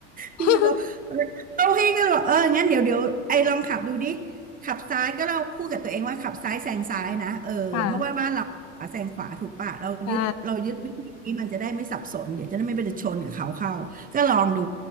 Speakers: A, on the left; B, on the right.
A: <laughs>
B: พี่บอกเราพี่ก็เลยบอกเอองั้นเดี๋ยวเดี๋ยวไอ้ลองขับดูดิขับซ้ายก็เราพูดกับตัวเองว่าขับซ้ายแซงซ้ายนะเออเพราะว่าบ้านเราขวาแซงขวาถูกปะเรายึดเรายึดวิธีนี้มันจะได้ไม่สับสนเดี๋ยวจะได้ไม่ไปชนกับเขาเข้าก็ลองดู
A: ค่ะใช่